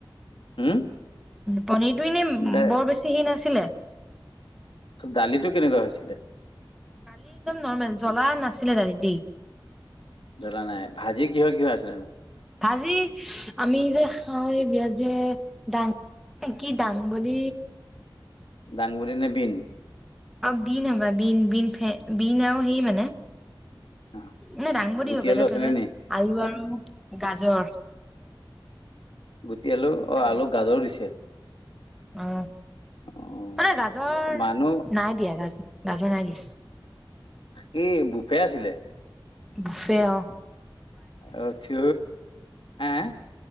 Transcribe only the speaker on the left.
হুম
দা
দালিটো কেনেকুৱা হৈছিলে।
জ্বলা নাই, ভাজি কিহৰ কিহৰ আছিলেনো।
দাংবদী নে বিন-
অ,
গুটি
আলু
আছিলে
নি?
গুটি আলু
অ আলু
গাজৰো দিছে।
অ'
মানুহ
কি বুফে আছিলে।
অ থি এহ-